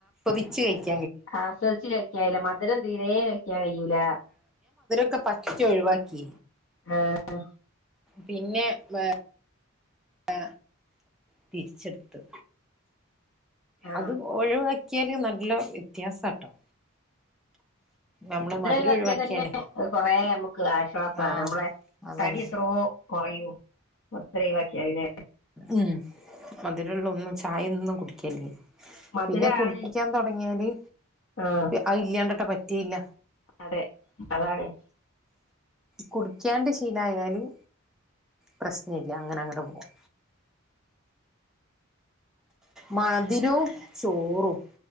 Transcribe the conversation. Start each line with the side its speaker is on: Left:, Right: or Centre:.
Centre: ച്ച് കയ്
Left: ആസ്വദിച്ചു കഴി ലേലം മധുരം തീരെ കഴിക്കാൻ കഴിയൂല
Centre: ക്കെ പറ്റെ ഒഴിവാക്കി
Left: ആ ആ
Centre: പിന്നെ വേ ആ തിരിച്ചെടുത്തു
Left: ആ
Centre: അത് ഒഴിവാക് ക്ക്യാലും നല്ല വ്യത്യാസാട്ടോ നമ്മള്
Left: മധുരം ഒഴിവാക്കിയാ
Centre: ഒഴിവാക്കിയാലേ
Left: തന്നെ കൊറെ നമ് ക്ക്‌ ആശ്വാസാണ്
Centre: ആഹ്
Left: മ്മളെ
Centre: അതന്നെ
Left: തടി എത്രയോ കുറയൂ മൊത്തൊഴിവാക്കിയാല് ലേ
Centre: ഉം മധുരൊള്ള ഒന്നും ഛായൊന്നും കുടിക്കല്ല്
Left: മധുരാണ്
Centre: പിന്നെ കുടിച്ചാൻ തുടങ്ങിയാല്
Left: ആ
Centre: അത് ഇല്ലാണ്ടട്ട് പറ്റ് ത്തില്ല
Left: അതെ അതാണ്
Centre: കുടിക്കാണ്ട് ശീലായാലും പ്രശ്നയില്ല അങ്ങനങ്ങട് പോവും മധിരവും ചോറും